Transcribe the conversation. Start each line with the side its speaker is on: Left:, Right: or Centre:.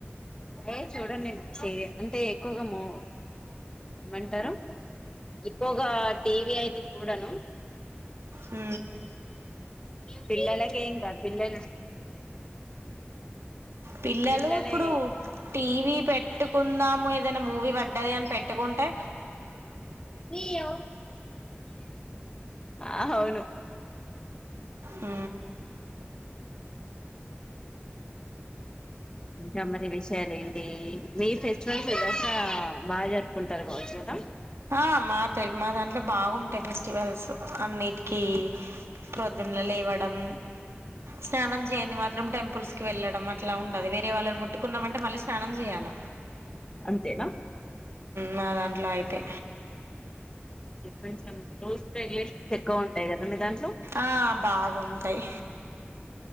Left: ఏ చూడను నేను సీరియల్ అంటే ఎక్కువగా మొ ఏమంటరు ఎక్కువగా టీవీ అయితే చూడను
Right: ఊ
Left: పిల్లలకె ఇంకా పిల్లలు
Right: పిల్లలు
Left: పిల్లలే
Right: ఇప్పుడు టీవీ పెట్టుకుందాము ఏదైనా మూవీ పడ్డది అని పెట్టుకుం టే
Left: హ అవును
Right: ఊ
Left: ఇంకా మరి విషయాలు ఏంటి మీ ఫెస్టివల్స్స బాగా జరుపుకుంటారు కావచ్చు కదా
Right: ఆ మాతె మా దాంట్లో బాగుంటాయి ఫెస్టివల్స్ అన్ని కి ప్రొద్దున్నే లేవ్వడం స్నానం చేయంది మాత్రం టెంపుల్స్ కి వెళ్ళడం అట్లా ఉండదు వేరే వాళ్ళని ముట్ ముట్టుకున్నామంటే మళ్ళీ స్నానం చేయాల
Left: అంతేనా
Right: మా దాంట్లో అయి టే
Left: కొంచెం రూల్స్ రెగ్యులేషన్స్ ఎక్కువ ఉంటాయి కదా మీ దాంట్లో
Right: ఆ బాగుంటాయి